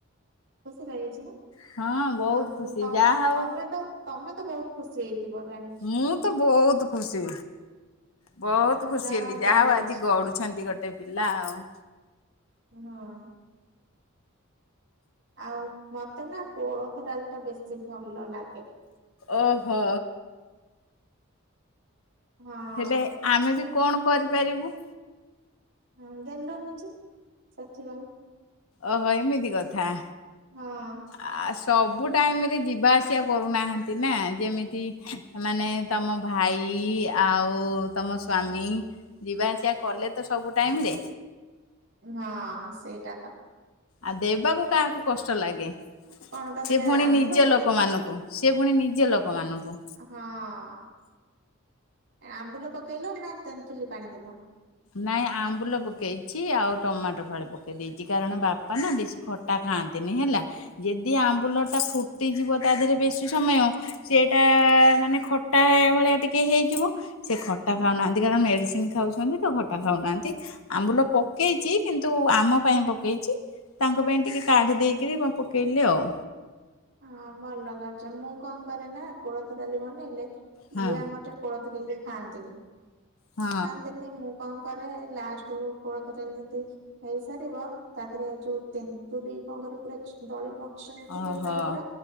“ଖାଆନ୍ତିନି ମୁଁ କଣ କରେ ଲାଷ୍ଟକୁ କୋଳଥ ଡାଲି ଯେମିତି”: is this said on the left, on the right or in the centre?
Right